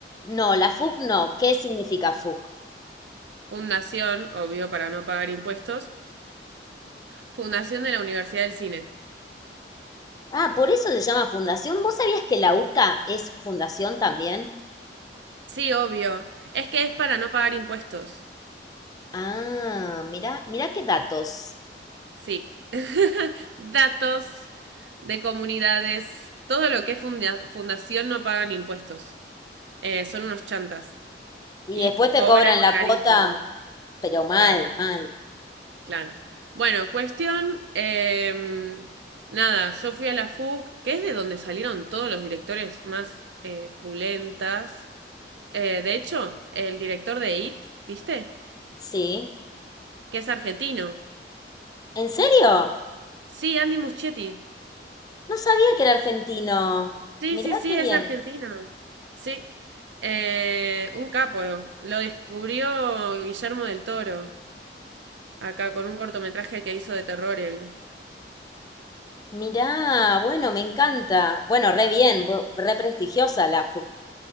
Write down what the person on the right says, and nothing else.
Fundación, obvio, para no pagar impuestos. Fundación de la Universidad del Cine.
Sí, obvio. Es que es para no pagar impuestos.
Sí. <laughs> Datos de comunidades. Todo lo que es funda- fundación no pagan impuestos. Eh, son unos chantas.
Y
cobran
carísimo.
Claro,
claro. Bueno, cuestión. em, nada, yo fui a la FUC, que es de donde salieron todos los directores más eh, pulentas. Eh, de hecho, el director de IT, ¿viste?
Que es argentino.
Sí, Andy Muschietti.
Sí,
sí, sí,
es
¿no? argentino. Sí. Eh, un capo. Lo descubrió Guillermo del Toro, acá con un cortometraje que hizo de terror él.